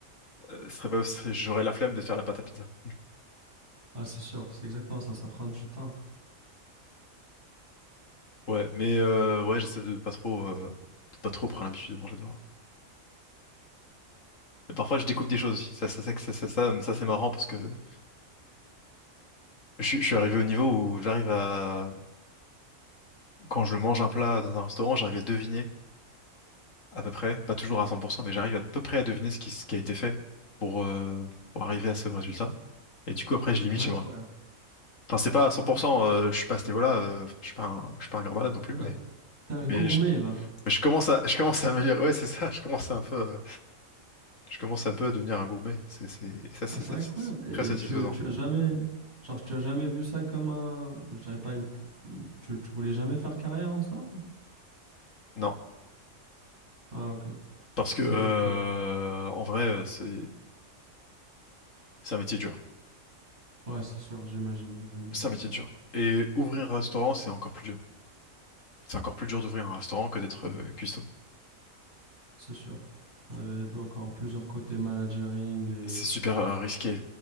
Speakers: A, on the left; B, on the right.
A: Euh, ce serait pas, ce serait- j'aurais la flemme de faire la pâte à pizza.
B: Ah, c'est sûr, c'est exactement ça. Ça prend du temps.
A: Ouais, mais euh, ouais, j'essaie de pas trop, euh, de pas trop prendre l'habitude de manger dehors. Et parfois, je découvre des choses aussi. Ça, ça, ça, ça, ça, ça, ça, c'est marrant parce que je, suis je suis arrivé au niveau où j'arrive à, quand je mange un plat dans un restaurant, j'arrive à deviner à peu près, pas toujours à 100%, mais j'arrive à peu près à deviner ce qui, ce qui a été fait pour, euh, pour arriver à ce résultat. Et du coup, après, je limite
B: Incroyable.
A: chez moi. Enfin, c'est pas à 100%,
B: Incroyable.
A: euh, je suis pas à ce niveau-là, euh, enfin, je suis pas un, je suis pas un grand malade non plus,
B: T'es
A: mais,
B: t'es un
A: mais
B: gourmet,
A: je,
B: là.
A: je commence à, je commence à me dire, ouais, c'est ça, je commence à un peu. Je commence un peu à devenir un gourmet. C'est, c'est, et ça,
B: Ah,
A: c'est
B: c'est
A: satis-
B: incroyable. Et
A: très satisfaisant.
B: tu, tu as jamais, genre, tu as jamais vu ça comme un, je dirais pas une, tu, tu voulais jamais faire carrière en ça?
A: Non,
B: Ah, ok.
A: parce que euh,
B: C'est juste, euh,
A: en vrai, euh, c'est c'est un métier dur.
B: ouais, c'est sûr, j'imagine, j'imagine.
A: C'est un métier dur. Et ouvrir un restaurant, c'est encore plus dur. C'est encore plus dur d'ouvrir un restaurant que d'être euh, cuistot.
B: c'est sûr. Euh, Il y a encore plusieurs côtés managering et,
A: C'est super euh, risqué